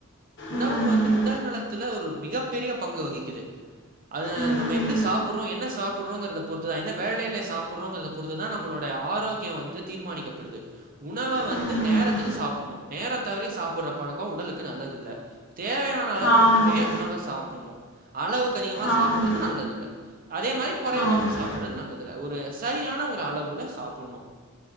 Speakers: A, on the right; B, on the left.
A: உணவு
B: ம்
A: வந்து உடல் நலத்துல ஒரு மிகப் பெரிய பங்கு வகிக்குது அது
B: ம்
A: நம்ம எப்டி சாப் சாப்புறோ என்ன சாப்புறோங்கிறத பொறுத்து தா என்ன வேலையில சாப்புறோங்கிறத பொறுத்து தா நம்மளுடைய ஆரோக்கியோ வந் து தீர்மானிக்கப்படுது உணவ வந்து
B: ம்
A: நேரத்துக்கு சாப்புணு நேர தவறி சாப்புட்ற பழக்கோ உடலுக்கு நல்லது இல்ல தேவையான அளவு
B: ஆமாம்
A: மட்டுமே உணவ சாப்புணு அளவுக்கு அதிகமா
B: ஆமாம்
A: சாப்புடுறது நல்லது இல்ல அதே மாரி குறைவாவு
B: ஆமாம்
A: சாப்றது நல்லதுல்ல ஒரு சரியான ஒரு அளவுல சாப்புணு